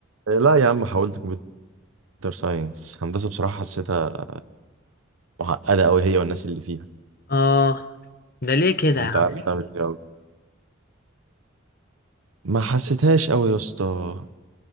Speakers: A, on the right; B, on the left.
A: لا يا عم حاولت كمبيوتر ساينس هندسة بصراحة حسيتها معقدة أوي هي والناس اللي فيها
B: اه ده ليه كده
A: وأنت
B: يا عم
A: عارف تعمل إيه أوي ما حسيتهاش أوي يا اسطى